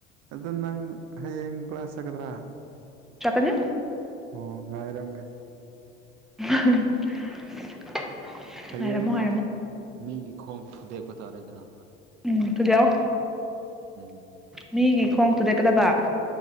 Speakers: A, on the right; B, in the centre.
A: ꯑꯗꯨ ꯅꯪ ꯍꯌꯦꯡ ꯀ꯭ꯂꯥꯁ ꯆꯠꯀꯗ꯭ꯔꯥ
B: ꯆꯠꯀꯅꯤ
A: ꯑꯣ ꯉꯥꯏꯔꯝꯒꯦ
B: <inaudible> <unintelligible>
A: ꯍꯌꯦꯡꯗꯤ
B: ꯉꯥꯏꯔꯝꯃꯣ ꯉꯥꯏꯔꯝꯃꯣ
A: ꯃꯤꯒꯤ ꯈꯣꯡ ꯊꯨꯗꯦꯛꯄ ꯇꯔꯦꯗꯔꯥ
B: ꯎꯝ ꯊꯨꯗꯦꯀꯣ
A: ꯎꯝ
B: ꯃꯤꯒꯤ ꯈꯣꯡ ꯊꯨꯗꯦꯛꯀꯗꯕ